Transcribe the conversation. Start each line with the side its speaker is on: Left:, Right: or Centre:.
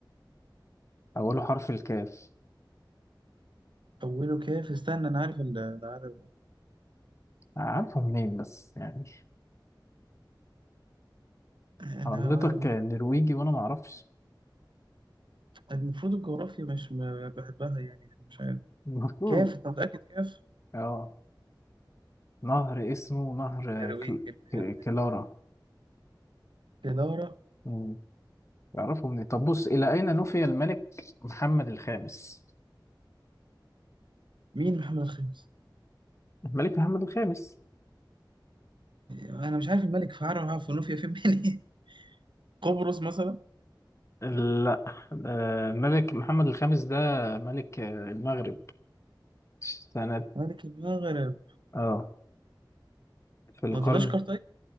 Left: أوله حرف الكاف
Right: أوله كيف استنى أنا عارف ال- أنا عارف
Left: عارفه منين بس يعني
Right: أنا
Left: حضرتك نرويجي وأنا معرفش
Right: المفروض الجغرافيا مش م- بحبها يعني مش عارف
Left: المفروض
Right: كيف أنت متأكد كيف؟
Left: اه نهر اسمه نهر
Right: نرويج
Left: كل...
Right: النرويج.
Left: ك... كلارا
Right: كدارة
Left: مم. تعرفه منين طب بص إلى أين نفي الملك محمد الخامس
Right: مين محمد الخامس؟
Left: الملك محمد الخامس
Right: انا مش عارف الملك فعرة في نوفيا فين منين <laughs> قبرص مثلا
Left: لا آه، الملك محمد الخامس ده ملك آه، المغرب سنة
Right: ملك المغرب
Left: اه في القرن
Right: مدغشقر طيب